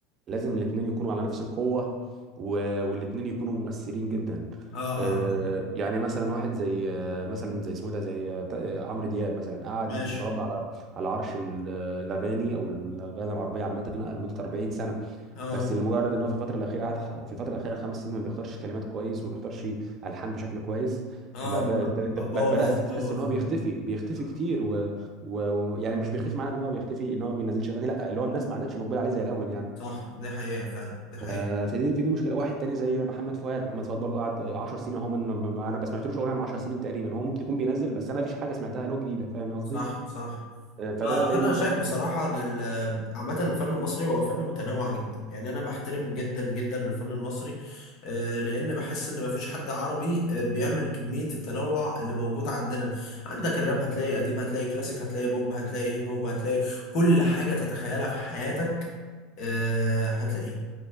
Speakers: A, on the right; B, on the left.
A: لازم الاثنين يكونوا على نفس القوه و... والاثنين يكونوا مؤثرين جدا
B: اه
A: آه،
B: اه آه.
A: يعني مثلا واحد زي آه، مثلا زي اسمه ده زي آه، ت- آه، عمرو دياب مثلا قعد
B: ماشي
A: متربع على على عرش ال- الاغاني او الاغاني العربيه عامه لمده 40 سنه
B: اه
A: بس لمجرد ان هو في الفتره الاخيره قعد ح- في الفتره الاخيره خمس سنين ما بيختارش كلمات كويس وما بيختارش الحان بشكل كويس
B: اه
A: ما
B: م-
A: ب... انت ب-
B: بوظ
A: بدات
B: بوظ
A: تحس ان هو
B: ال...
A: بيختفي بيختفي
B: آه.
A: كتير ويعني و... و... و- يعني مش بيختفي معناه ان هو بيختفي ان هو ما بينزلش اغاني لا اللي هو الناس ما عادتش مقبله عليه زي الاول يعني
B: صح دي حقيقه فعلا دي حقيقه
A: آه فدي في دي مشكله واحد تاني زي محمد فؤاد محمد فؤاد برضه قعد 10 سنين اهو من... انا ما سمعتلوش اغنيه من 10 سنين تقريبا هو ممكن يكون بينزل بس انا ما فيش حاجه سمعتها له جديده فاهم قصدي
B: صح صح
A: آه فده دليل
B: انا
A: ان
B: شايف
A: هو
B: بصراحه
A: مش
B: ان ال- عامه الفن المصري هو فن متنوع جدا يعني انا بحترم جدا جدا الفن المصري آه، لان بحس ان مفيش حد عربي آه، بيعمل كميه التنوع اللي موجود عندنا عندك الراب هتلاقي قديم هتلاقي كلاسيك هتلاقي بوب هتلاقي هيب هوب هتلاقي كل حاجه تتخيلها في حياتك آه، هتلاقيها